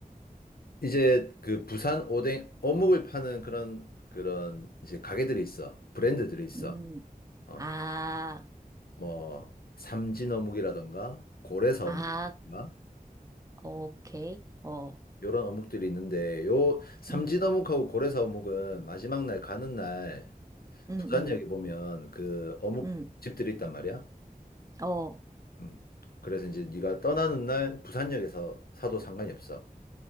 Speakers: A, on the left (about 80°); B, on the right (about 20°).
A: 이제 그 부산 오뎅, 어묵을 파는 그런, 그런 이제 가게들이 있어. 브랜드들이 있어.
B: 음,
A: 어,
B: 아,
A: 뭐, 삼진 어묵이라던가, 고래사
B: 아,
A: 어묵이라던가,
B: 오케이. 어,
A: 요런 어묵들이 있는데, 요 삼진
B: 음,
A: 어묵하고 고래사 어묵은 마지막 날 가는 날
B: 음,
A: 부산역에
B: 음,
A: 보면 그 어묵
B: 음,
A: 집들이 있단 말이야.
B: 어.
A: 음. 그래서 이제 네가 떠나는 날 부산역에서 사도 상관이 없어.